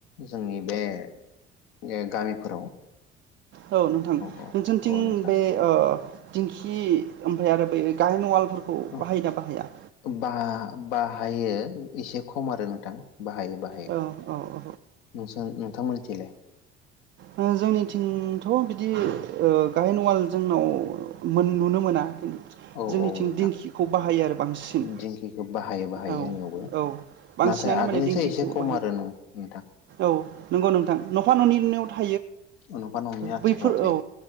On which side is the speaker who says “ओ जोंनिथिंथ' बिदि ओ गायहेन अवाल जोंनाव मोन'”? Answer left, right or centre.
Right